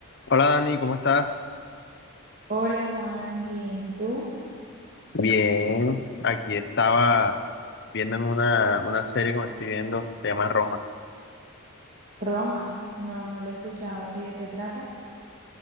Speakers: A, on the left; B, on the right.
A: Hola Dani, ¿cómo estás?
B: Hola Juan, bien, ¿y tú?
A: Bien, aquí estaba viéndome una, una serie que me estoy viendo, se llama Roma.
B: Roma, no, no lo he escuchado. ¿Y de qué trata?